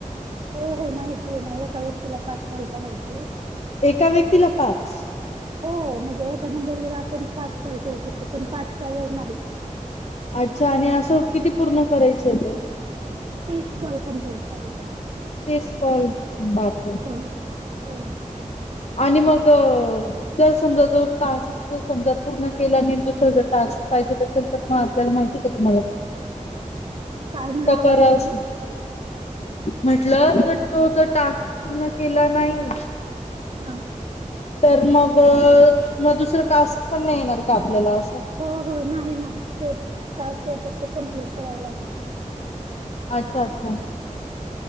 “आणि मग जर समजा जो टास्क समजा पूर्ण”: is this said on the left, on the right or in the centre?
Left